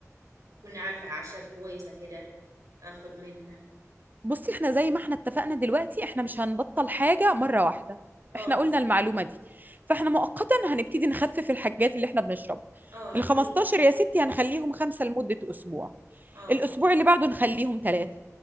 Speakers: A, on the right; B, on the right.
A: كنا عارفة أعشاب كويسة كده أخد منها
B: بصي احنا زي ما احنا اتفقنا دلوقتي احنا مش هنبطل حاجة مرة واحدة
A: آه
B: احنا قلنا المعلومة دي فاحنا مؤقتا هنبتدي نخفف الحاجات اللي احنا بنشربها
A: آه
B: ال
A: أكيد
B: 15 يا ستي هنخليهم خمسة لمدة أسبوع
A: آه
B: الأسبوع اللي بعده نخليهم ثلاثة